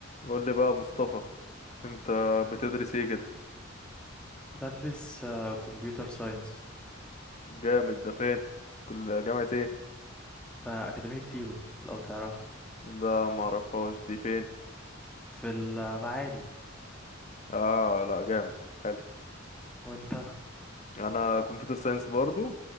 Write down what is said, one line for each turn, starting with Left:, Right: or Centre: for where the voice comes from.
Left: قول لي بقى مصطفى انت بتدرس ايه كده
Centre: بدرس آه، كمبيوتر ساينس
Left: جامد ده فين كل جامعة ايه
Centre: في أكاديمية تيبو لو تعرفها
Left: لا ما اعرفهاش دي فين
Centre: في المعادي
Left: اه لا جامد حلو
Centre: وانت
Left: انا كمبيوتر ساينس برضو